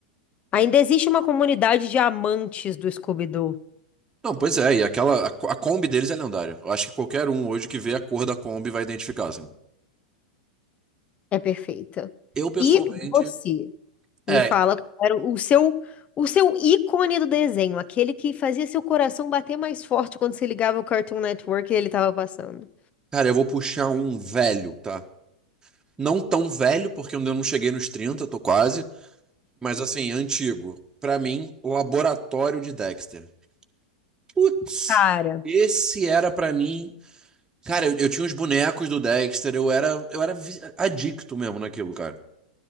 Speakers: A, on the left; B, on the right.
A: Ainda existe uma comunidade de amantes do Scooby-Doo.
B: Não, pois é, e aquela, a, co- a Kombi deles é lendária. Eu acho que qualquer um hoje que vê a cor da Kombi vai identificar, assim.
A: É perfeita.
B: Eu, pessoalmente,
A: E você?
B: é,
A: Me fala qual era o seu, o seu ícone do desenho, aquele que fazia seu coração bater mais forte quando você ligava o Cartoon Network e ele estava passando.
B: cara, eu vou puxar um velho, tá? Não tão velho, porque eu ainda não cheguei nos 30, tô quase, mas assim, antigo. Pra mim, Laboratório de Dexter. Putz,
A: Cara,
B: esse era pra mim. Cara, eu, eu tinha os bonecos do Dexter, eu era, eu era vi- adicto mesmo naquilo, cara.